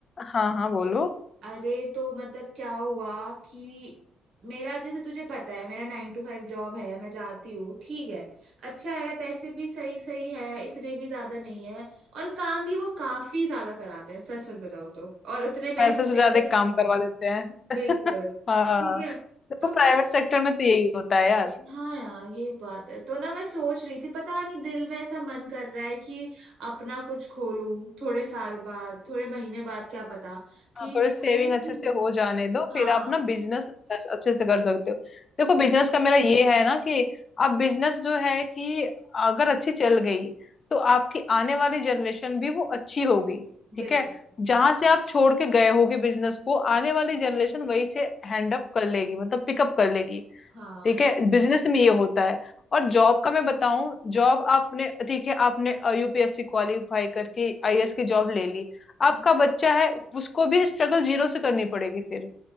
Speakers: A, on the left; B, on the right.
A: हाँ हाँ बोलो
B: अरे तो मतलब क्या हुआ कि मेरा जैसे तुझे पता है मेरा नाइन टू फाइव जॉब है मैं जाती हूँ ठीक है अच्छा है पैसे भी सही सही है इतने भी ज्यादा नहीं है और काम भी वो काफी ज्यादा कराते हैं सच सच बताओ तो और उतने
A: पैसे
B: पैसे
A: से
B: देते
A: ज्यादा
B: नहीं
A: काम
B: है वो
A: करवा देते हैं <laughs>
B: बिल्कुल ठीक
A: हाँ
B: है
A: देखो
B: तो
A: प्राइवेट सेक्टर में तो यही होता है यार
B: हाँ यार ये बात है तो ना मैं सोच रही थी पता नहीं दिल में ऐसा मन कर रहा है कि अपना कुछ खोलूं थोड़े साल बाद थोड़े महीने बाद क्या पता कि
A: हाँ
B: ये
A: थोड़ी सेविंग
B: कर लेती
A: अच्छे
B: हूँ
A: से हो जाने दो फिर
B: हाँ
A: आप ना बिजनेस अच्छे अच्छे से कर सकते हो देखो बिजनेस का मेरा ये है ना कि अब बिजनेस जो है कि अगर अच्छी चल गई तो आपकी आने वाली जनरेशन भी वो अच्छी होगी ठीक
B: बिल्कुल
A: है जहां से आप छोड़ के गए होगे बिजनेस को आने वाली जनरेशन वहीं से हैंड अप कर लेगी मतलब पिकअप कर लेगी
B: हाँ
A: ठीक है बिजनेस में ये होता है और जॉब का मैं बताऊं जॉब आपने ठीक है आपने यूपीएससी क्वालिफाई करके आईएएस की जॉब ले ली आपका
B: हम्म,
A: बच्चा है उसको भी स्ट्रगल जीरो से करनी पड़ेगी फिर